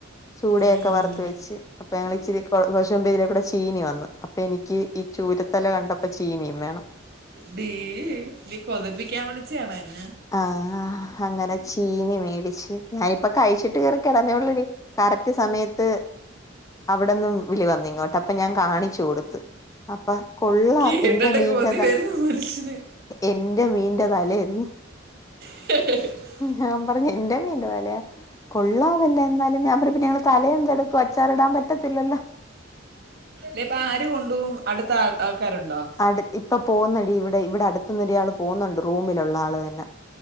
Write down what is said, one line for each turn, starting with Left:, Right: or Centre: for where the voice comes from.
Left: ചൂടയൊക്കെ
Right: ഉം.
Left: വറത്ത് വെച്ച് അപ്പ ഞങ്ങളിച്ചിരി <unintelligible> ഇതിലേക്കൂടെ ചീനി വന്ന്. അപ്പെ എനിയ്ക്ക് ഈ ചൂരത്തല കണ്ടപ്പം ചീനിം വേണം
Right: ഡീ നീ കൊതപ്പിക്കാൻ വിളിച്ചയാണോ എന്നെ
Left: ആഹാ ഹങ്ങനെ ചീനി മേടിച്ച്. ഞാന് ഇപ്പൊ കഴിച്ചിട്ട് കേറി കെടന്നെ ഒള്ളെടി കറക്റ്റ് സമയത്ത് അവടന്നും വിളി വന്നിങ്ങോട്ട് അപ്പൊ ഞാൻ കാണിച്ച് കൊടുത്ത് അപ്പ കൊള്ളാം
Right: കേട്ടിട്ട്
Left: എന്റെ മീന്റത
Right: കൊതി വരുന്നു മനുഷ്യന്
Left: എന്റെ മീന്റെ തലേ ന്ന്
Right: <unintelligible>
Left: ഞാമ്പറഞ്ഞ് എന്റെ മീന്റെ തലയാ കൊള്ളാവല്ലോ എന്നാലും ഞാമ്പറ പിന്നെ ഇങ്ങളതലയെന്തെടു കൊ അച്ചാർ ടാ പറ്റത്തില്ലല്ലാ
Right: ലിപ്പാര് കൊണ്ടോവും അടുത്താ ആൾ ആൾക്കാര്ണ്ടോ
Left: അട് ഇപ്പൊ പോന്നെടി ഇവ്ടെ ഇവിടെ അടുത്ത്ന്നൊരാള് പൊന്ന്ണ്ട് റൂമിലുള്ള ആള് തന്നെ